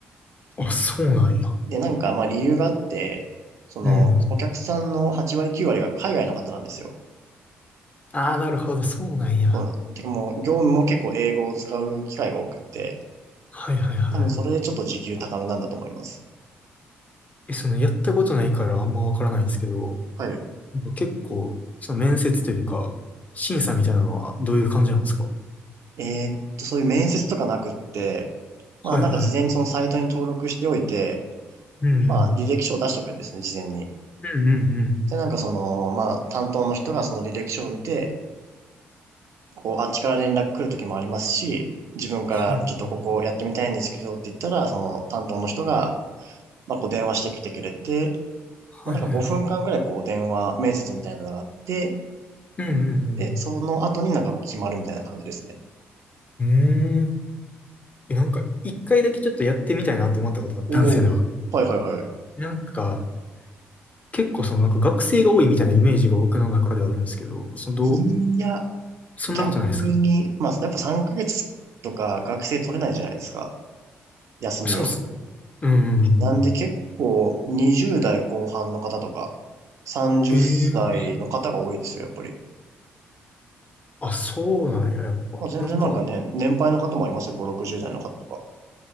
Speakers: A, on the left; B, on the right.
A: あ、そうなんや。
B: で、なんかまあ理由があって、そのお客さんの8割9割が海外の方なんですよ。
A: うん。ああ、なるほど、そうなんや。
B: そうなん。てかもう業務も結構英語を使う機会が多くって、
A: はいはいはい。
B: 多分それでちょっと時給高めなんだと思います。
A: え、その、やったことないからあんまわからないんですけど、
B: はい。
A: なんか結構、その面接というか、審査みたいなのはどういう感じなんですか
B: えーっと、そういう面接とかなくって、まあなんか事前にそのサイトに登録しておいて、
A: はいはい。うんうん。
B: まあ履歴書を出しとくんですね、事前に。
A: うんうんうん。
B: で、なんかその、まあ、担当の人がその履歴書を見て、こう、あっちから連絡来る時もありますし、自分からちょっとここやってみたいんですけどって言ったら、
A: はい。
B: その担当の人が、まあ、こう電話してきてくれて、
A: はいはいはい。
B: まあ、なんか5分間ぐらいこう電話面接みたいなのがあって、
A: うん
B: で、
A: うん
B: その後になんかこう決まるみたいな感じですね。
A: うん。うーん。え、なんか、一回だけちょっとやってみたいなって思ったことあったんですよね、
B: おお、
A: 僕。
B: はいはいはい。
A: なんか、結構その、なんか学生が多いみたいなイメージが僕の中ではあるんですけど、その、どう、
B: いや、
A: そんなことないですか
B: 逆に、まあ、やっぱ3ヶ月とか学生取れないじゃないですか。休みを。
A: そうっすね。うんうんうんうん。
B: なんで結構20代後半の方とか30歳の方が多いですよ、
A: へえ、そう。
B: やっぱり。
A: あ、そうなんや、やっぱ。
B: まあ、全然なんかね、
A: なんか、
B: 年配の方もいますよ、5、60代の方とか。